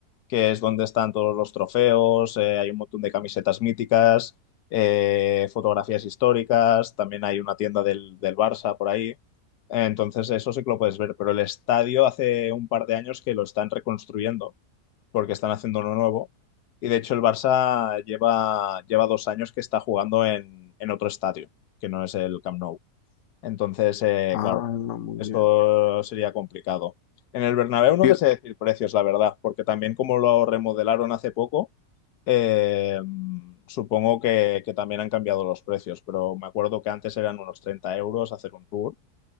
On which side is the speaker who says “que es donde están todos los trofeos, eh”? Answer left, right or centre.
Left